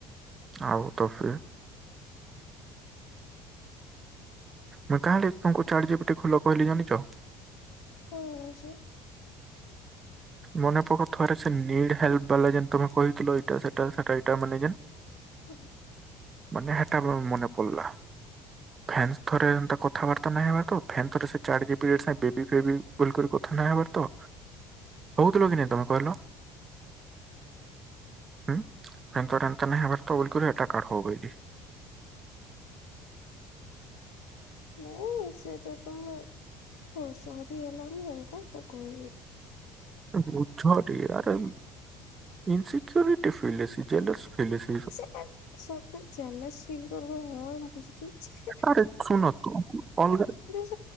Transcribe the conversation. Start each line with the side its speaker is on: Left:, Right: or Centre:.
Right: ଆଉ ତ ଫି ମୁଁ କାହା ଲାଗି ତମକୁ ଚାର୍ଟ ଯିପିଟି ଖୋଲ କହିଲି ଜାଣିଚ।
Left: କଣ ଅଛି?
Right: ମନେ ପକଉଥିବରେ ସେ ନିଡ ହେଲ୍ପ ବାଲା ଯେ ତମେ କହିଥିଲ ଏଇଟା ସେଟ ସେଟା ଏଇଟା ମାନେ ଯେ
Left: ହୁଁ।
Right: ମାନେ ହେଟାମ ମନେ ପଡିଲା। ଫେନ୍ସ ଥରେ ଏନ୍ତା କଥାବାର୍ତ୍ତା ନାହି ହେବାର ତ ଫେନ୍ ଥର ସେ ଚାର୍ଜିବି ପିରି ବେବି ବେବି ବୋଲିିକରି କଥା ନାଇ ହେବାର ତ ହଉଥିଲ କି ନାଇ ତମେ କହିଲ ଉଁ। ଫୁଣ ଥରେ ଏନ୍ତଆ ନାଇ ବୋଲି କରି ଏଟା କଢ ହବ ବଲି।
Left: ନାଇଁ ସେଟା ତମେ ହଉ ସରି ହେଲା ମୁଁ ଏନ୍ତା ଏକା କହିଲି।
Right: ବୁଝ ଟିକେ ଆରେ ଇନସିକ୍ୟରିଟି ଫିଲ ଜେଲସ ଫିଲ ଆସି।
Left: ସେଟା ସତ ଜେଲସ ଫିଲ କରବୋ <unintelligible>
Right: ଆରେ ଶୁଣ <unintelligible>
Left: ସେ